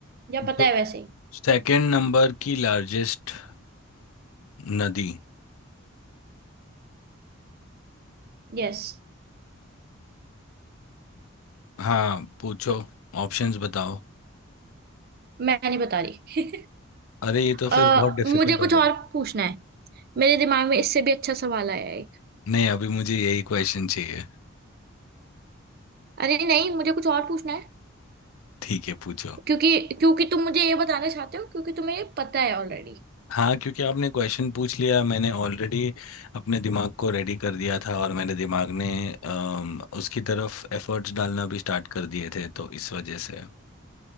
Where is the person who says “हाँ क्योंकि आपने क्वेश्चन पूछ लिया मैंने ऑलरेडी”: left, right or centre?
Left